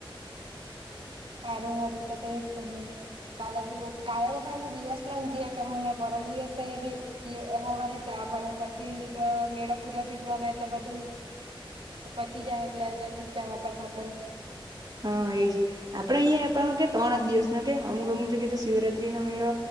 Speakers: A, on the right (about 80°); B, on the right (about 40°).
A: હારું હારું તો તેવું જ કરહુ કાલે બી <unintelligible> કાલે તો પણ દિવસ ના જીયા કરહુંને પરમ દિવસે <unintelligible> હવારે આપને પછી તો મેળો પૂરો થેઇ જવાનો એટલે બધું પતિ જાહે એટલે જલ્દી જ જવા પડહે આપડે
B: હા એજ આપડે અહીંયા પાહું કે ત્રણ જ દિવસના કે અમુક અમુક જગ્યાએ તો શિવરાત્રી નો મેળો